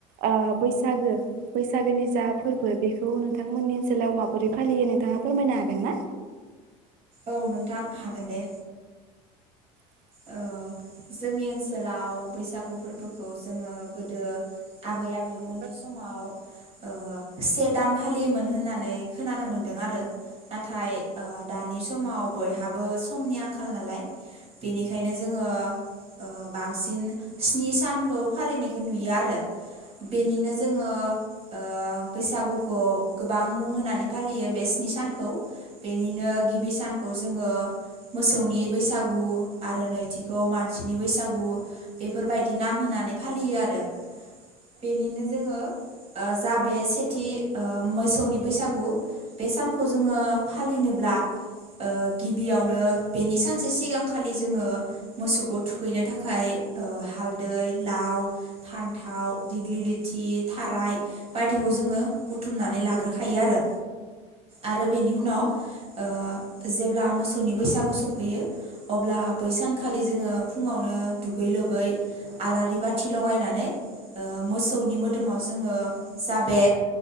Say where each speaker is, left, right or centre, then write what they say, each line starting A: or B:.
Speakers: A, on the right; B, on the right.
A: ओ बैसागो बैसागोनि जा फोरबो बेखौ नोंथांमोननि ओनसोलाव माबोरै फालियो नोंथाङा फोरमायनो हागोन ना
B: औ नोंथां हागोन दे
A: <inaudible>
B: ओ जोंनि ओनसोलाव बैसागु फोरबोखौ जोङो गोदो आबै आबौ मोननि
A: औ
B: समाव ओ से दान फालियोमोन होननानै खोनानो मोन्दों आरो नाथाय ओ दानि सम आव बयहाबो समनि आंखाल नालाय बेनिखायनो जोङो ओ बांसिन स्नि सानखौ फालिनायखौ नुयो आरो बेनिनो जोंङो ओ बैसागुखौ गोबां मुं होनानै फालियो बे स्नि सानखौ। बेनिनो गिबि सानखौ जोंङो मोसौनि बैसागु आरो नैथिखौ मानसिनि बैसागु बेफोरबायदि नाम होनानै फालियो आरो। बेनिनो जोंङो ओ जा बे सेथि ओ मोसौनि बैसागु बे सानखौ जोंङो फालिनोब्ला ओ गिबियावनो बेनि सानसे सिगां खालि जोंङो मोसौखौ थुखैनो थाखाय ओ हालदै लाव फान थाव दिग्लिलिथि थाराय बायदिखौ जोंङो बुथुमनानै लाग्रोखायो आरो आरो बेनि उनाव ओ जेब्ला मोसौनि बैसागु सफैयो अब्ला बै सानखालि जोंङो फुंङावनो दुगै लोबै आलारि बाथि लगायनानै ओ मोसौनि मोदोमाव जोंङो जा बे